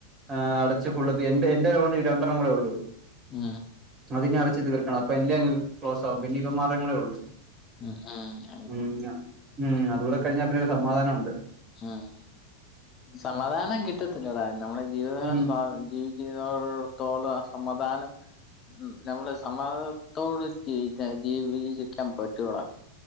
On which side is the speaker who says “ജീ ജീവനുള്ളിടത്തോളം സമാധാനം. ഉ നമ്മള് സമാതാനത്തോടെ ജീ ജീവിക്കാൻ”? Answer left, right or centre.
Left